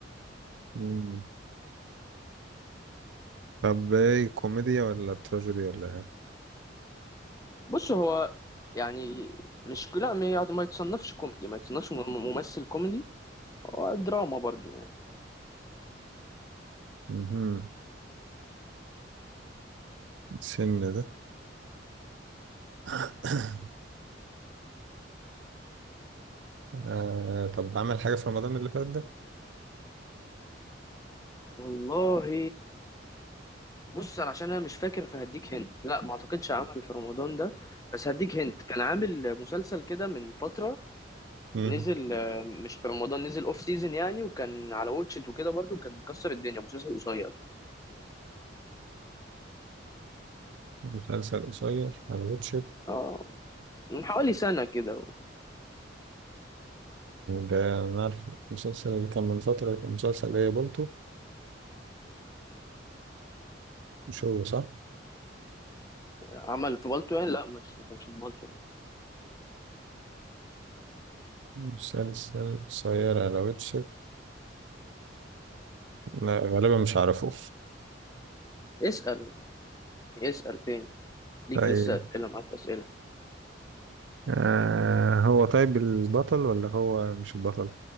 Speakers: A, on the right (about 75°); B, on the left (about 20°).
A: مم. طب ايه كوميديا ولا تراجيدي ولا ايه
B: بص هو يعني مش لا ما يعني ما يتصنفش كوميدي ما يتصنفش ممثل كوميدي هو دراما برضو يعني
A: مهم. السن ده <coughs> آه طب عمل حاجة في رمضان اللي فات ده
B: والله بص أنا عشان انا مش فاكر فهديك هنت لا ما اعتقدش عمل في رمضان ده بس هديك هنت كان عامل مسلسل كده من فترة
A: مم.
B: نزل آه، مش في رمضان نزل اوف سيزون يعني وكان على واتشت وكده برضو كان مكسر الدنيا مسلسل قصير
A: مسلسل قصير على واتشت
B: اه من حوالي سنة كده
A: ده أنا عارف المسلسل اللي كان من فترة كان مسلسل ايه بولتو مش هو صح
B: عمل في بالطو يعني لا مش ما كانش في بالطو
A: مسلسل قصير على واتشت لا غالبا مش عارفه
B: اسأل اسأل تاني ليك
A: طيب
B: لسه أسئلة معاك أسئلة
A: آه هو طيب البطل ولا هو مش البطل